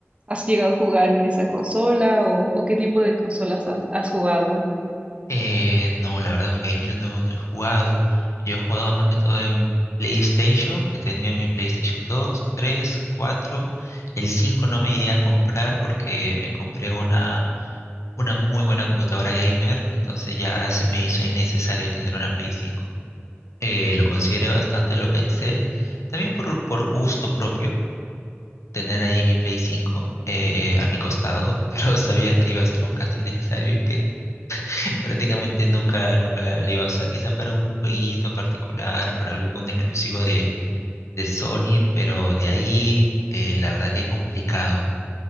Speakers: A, on the right; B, on the left.
A: has llegado a jugar en esa consola o, o qué tipo de consolas has has jugado.
B: Eh, no, la verdad, un GameCube no, no he jugado. Yo he jugado más que todo en PlayStation. He tenido mi PlayStation 2, 3, 4. El 5 no me llegué a comprar porque me compré una, una muy buena computadora gamer. Entonces ya se me hizo innecesario tener una Play 5. Eh, lo consideré bastante, lo pensé. También por, por gusto propio, tener ahí mi Play 5 eh, a mi costado. <laughs> Pero sabía que iba a ser un gasto innecesario y que prácticamente nunca, nunca la, la iba a usar. Quizá para un jueguito particular, para algún exclusivo de, de Sony, pero de ahí eh, la verdad que complicado.